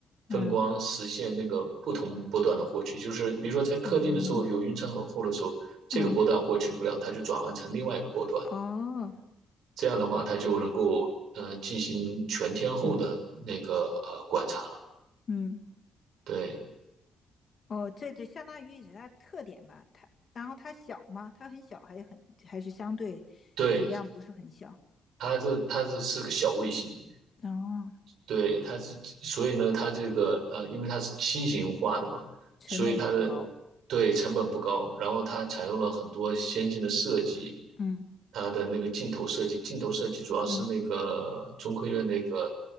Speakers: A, on the right; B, on the left.
A: 分光，
B: 嗯，
A: 实现那个不同波段的获取。就是比如说在特定的时候有云层很厚的时候，
B: 哦，
A: 这个波段获取不了，
B: 嗯，
A: 它就转换成另外一个波段。
B: 哦，
A: 这样的话，它就能够呃进行全天候的那个呃观察了。
B: 嗯嗯，
A: 对
B: 哦，这就相当于是它特点吧，它。然后它小吗？它很小，还很还是相对体量不是很小，
A: 对，它是它是是个小卫星，
B: 哦，
A: 对，它是，所以呢，它这个呃，因为它是新型化的嘛，
B: 成本也不高，
A: 所以它的对成本不高，然后它采用了很多先进的设计，
B: 嗯
A: 它的那个镜头设计，镜头设计主要是那个中科院那个
B: 嗯。